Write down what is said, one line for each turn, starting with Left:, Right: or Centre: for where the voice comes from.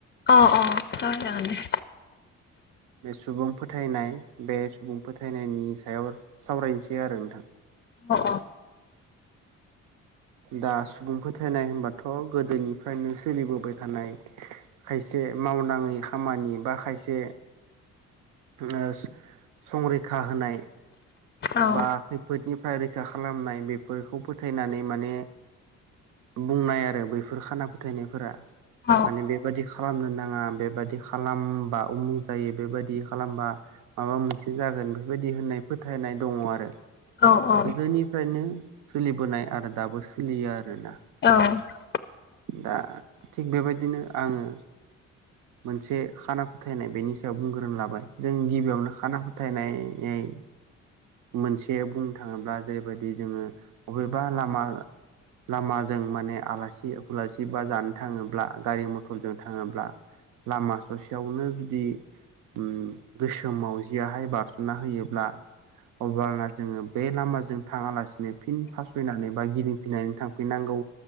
Left: अ अ सावराय जागोन दे।
Right: बे सुबुं फोथायनाय बे सुबुं फोथायनायनि सायाव सावरायनोसै आरो नोंथां।
Left: अह अह।
Right: दा सुबुं फोथायनाय होनबाथ' गोदोनिफ्रायनो सोलिबोबाय थानाय खायसे मावनाङै खामानि बा खायसे ओ संरैखा होनाय
Left: औ
Right: बा खैफोदनिफ्राय रैखा खालामनाय बेफोरखौ फोथायनानै माने बुंनाय आरो बैफोर खाना फोथायनायफोरा
Left: औ
Right: माने बेबादि खालामनो नाङा बेबायदि खालामबा उमुख जायो बेबायदि खालामबा माबा मोनसे जागोन बेफोरबायदि होननाय फोथायनाय। दङ आरो
Left: औ औ
Right: गोदोनिफ्रायनो सोलिबोनाय आरो दाबो सोलियो आरोना।
Left: औ।
Right: दा थिग बेबायदिनो आङो मोनसे खाना फोथायनाय बेनि सायाव बुंग्रोनो लाबाय जों गिबियावनो खाना फोथायनाय मोनसे बुंनो थाङोब्ला जेरैबायदि जोङो बबेबा लामा लामाजों माने आलासि उलासि बा जानो थाङोब्ला गारि मथरजों थाङोब्ला लामा ससेयावनो जुदि ओम गोसोम मावजियाहाय बारस'ना होयोब्ला अब्लाना जोङो बे लामाजों थाङालासिनो फिन फासयनानै बा गिदिंफिननानै थांफिननांगौ